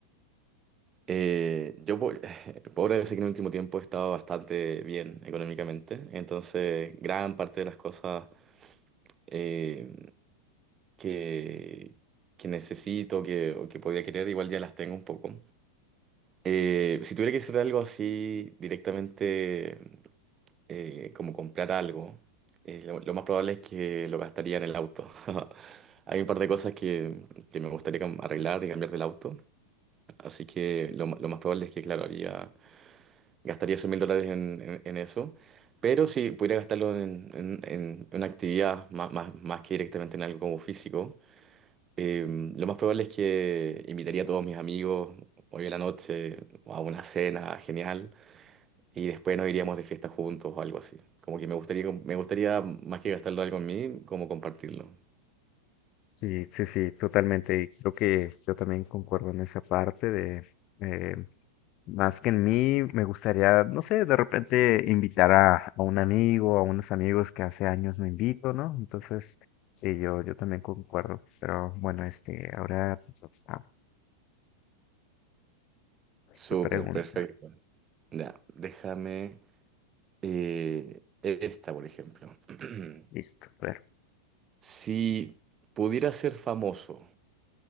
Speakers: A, on the right (about 25°); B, on the left (about 40°).
A: eh, yo po- <laughs> podría decir que en el último tiempo he estado bastante bien económicamente, entonces gran parte de las cosas eh, que, que necesito que, o que podía querer igual ya las tengo un poco. Eh, si tuviera que hacer algo así directamente, eh, como comprar algo, eh, lo, lo más probable es que lo gastaría en el auto. <laughs> Hay un par de cosas que, que me gustaría cam- arreglar y cambiar del auto, así que lo, ma- lo más probable es que, claro, haría, gastaría esos mil dólares en, en- en eso, pero si pudiera gastarlo en, en- en una actividad más, más, más que directamente en algo como físico, eh, lo más probable es que invitaría a todos mis amigos hoy en la noche a una cena genial y después nos iríamos de fiesta juntos o algo así. Como que me gustaría, me gustaría más que gastarlo algo en mí, como compartirlo.
B: Sí, sí, sí, totalmente. Y creo que yo también concuerdo en esa parte de, eh, más que en mí, me gustaría, no sé, de repente invitar a, a un amigo, a unos amigos que hace años no invito, ¿no? Entonces, sí, yo, yo también concuerdo. Pero bueno, este, ahora ah,
A: Súper,
B: te pregunta.
A: perfecto. Ya, déjame eh, esta, por ejemplo. <clears throat>
B: Listo, a ver.
A: Si pudieras ser famoso,